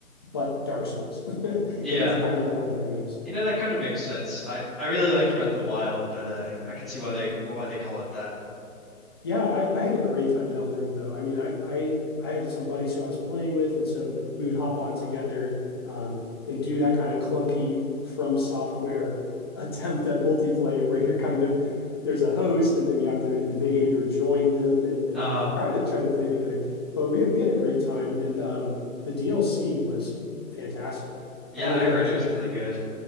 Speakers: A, on the left; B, in the centre.
A: but Dark Souls. <laughs> And
B: yeah.
A: that's kind of what Elden Ring is.
B: You know, that kind of makes sense. I I really liked Breath of the Wild, but uh, I can see why they why they call it that.
A: Yeah, I, I had a great time in Elden Ring though. I mean, I, I I had some buddies who I was playing with, and so we would hop on together um, and do that kind of clunky From Software <laughs> attempt at multiplayer where you're kind of there's a host and then you have to invade or join them and then
B: Uh,
A: try to try to play together. But we we had a great time, and um, the DLC was fantastic.
B: yeah,
A: I don't know
B: I
A: if
B: heard
A: you had a chance
B: it was really
A: to,
B: good.